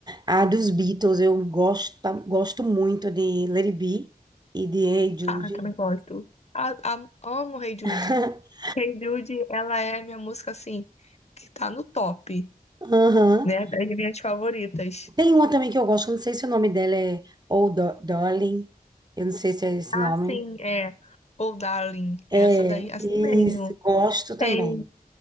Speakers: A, on the right; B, on the left.
A: A dos Beatles, eu gosto, gosto muito de Let It Be e de Hey Jude.
B: Ah, também gosto. Ah, ah, amo Hey Jude.
A: <laughs>
B: Hey Jude, ela é a minha música, assim, que tá no top,
A: Aham.
B: né, das minhas favoritas.
A: Tem uma também que eu gosto, eu não sei se o nome dela é Oh Da- Darling, eu não sei se é esse
B: Ah,
A: nome.
B: sim, é. Ou Darling,
A: É,
B: essa daí, assim
A: isso,
B: mesmo.
A: gosto também.
B: Tem